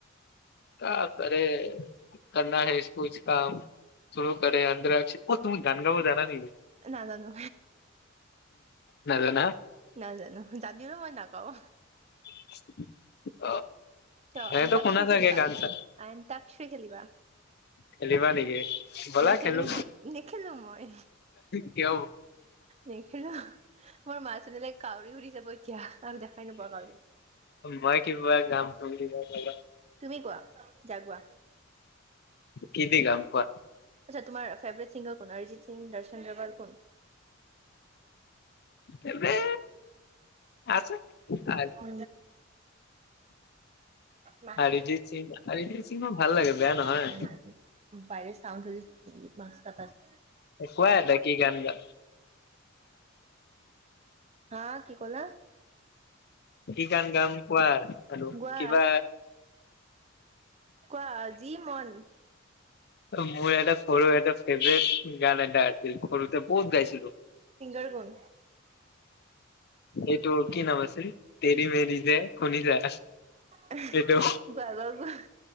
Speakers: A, on the left; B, on the right.
A: ক কৰেে কৰনা হেছ্কুজ কাম চ কৰেে অধ্ৰ ব তুমি গানগ জানা ন
B: নাজানো
A: নজনা
B: নাজানো জানিলেও মই নাগাঁও
A: <inaudible>
B: ত
A: এনেতো
B: আন তাকচই
A: শুনা চাগে
B: খেলিবা
A: গান চান
B: আন তাকচই খেলিবা।
A: খেলিবা নেকি? ব'লা
B: নেখেলো
A: খেলো
B: মই নেখেলো মই
A: কিয়
B: নেখেলো মোৰ মাজজননীলৈে কাউৰী উৰি যাব এতিয়া আৰু দেখাই নোপোৱা কাউৰী
A: মই কিবা গাম তুমি কিবা গাবা
B: তুমি কোৱা জাগুৱা
A: কি দি গাম কোৱা
B: আচ্ছা তোমাৰ ফেভৰেট সিংগাৰ কোন অৰিজিত সিং দৰ্শন ডাৱাল কোন
A: এ আছে
B: উম অ নাচি
A: অৰিজিত সিং অৰিজিত সিং মোৰ ভাল লাগে বেয়া
B: <unintelligible>
A: নহয়
B: বাৰী চাউণ্ড হৈ <unintelligible>
A: কোৱা এটা কি গান গোৱা।
B: হা কি ক'লা?
A: কি গান গাম কোৱা আৰু
B: গোৱা
A: কিবা
B: কোৱা যি মন
A: মোৰ এটা সৰু এটা ফেভৰেট গান এটা আছিল, সৰুতে বহুত গাইছিলো।
B: ছিংগাৰ কোন
A: এইটো কি নাম আছিল, তেৰি মেৰি যে, শুনিছা?
B: গোৱা,
A: এইটো
B: গোৱা, গোৱা,